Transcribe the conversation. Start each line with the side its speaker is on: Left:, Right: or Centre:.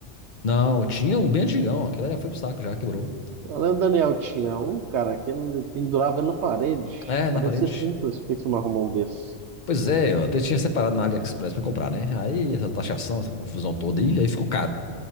Left: Não, tinha um bem antigão, aquele já foi pro saco, já quebrou.
Right: Eu lembro do Daniel tinha um, cara, que ele pendurava ele na parede.
Left: É, na
Right: Parecia
Left: parede.
Right: simples. Por que que você não arrumou um desses.
Left: Pois é, eu até tinha separado na AliExpress pra comprar, né? Aí essa taxação, essa confusão toda aí, aí ficou caro.